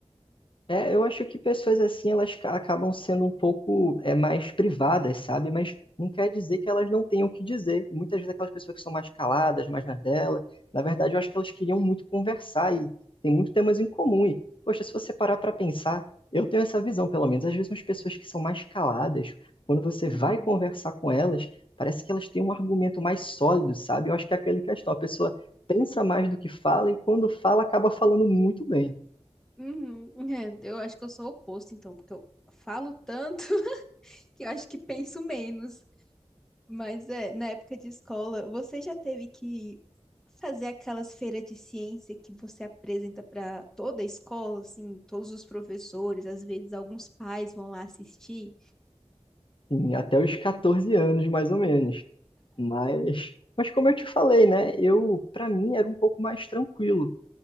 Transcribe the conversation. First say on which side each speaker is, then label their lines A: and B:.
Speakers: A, on the left; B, in the centre.
A: É, eu acho que pessoas assim, elas ca- acabam sendo um pouco é, mais privadas, sabe? Mas não quer dizer que elas não tenham o que dizer. Muitas vezes aquelas pessoas que são mais caladas, mais na dela, na verdade, eu acho que elas queriam muito conversar e tem muitos temas em comum. E, poxa, se você parar para pensar, eu tenho essa visão, pelo menos. Às vezes, as pessoas que são mais caladas, quando você
B: Uhum.
A: vai conversar com elas, parece que elas têm um argumento mais sólido, sabe? Eu acho que é aquele questão, a pessoa pensa mais do que fala e quando fala, acaba falando muito bem.
B: Uhum. <laughs> É, eu acho que eu sou o oposto, então, porque eu falo tanto <laughs> que eu acho que penso menos. Mas é, na época de escola, você já teve que fazer aquelas feiras de ciência que você apresenta para toda a escola, assim, todos os professores, às vezes alguns pais vão lá assistir?
A: Sim, até os 14 anos, mais ou menos. Mas, mas como eu te falei, né? Eu, para mim, era um pouco mais tranquilo